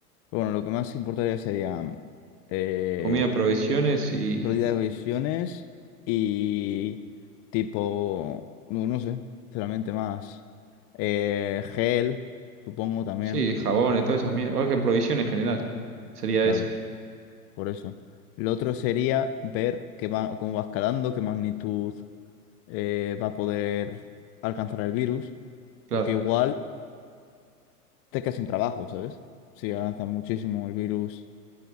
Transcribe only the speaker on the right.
Comida, provisiones y...
Sí, jabones, toda esa mierda. O que provisiones en general. Sería
eso,
claro.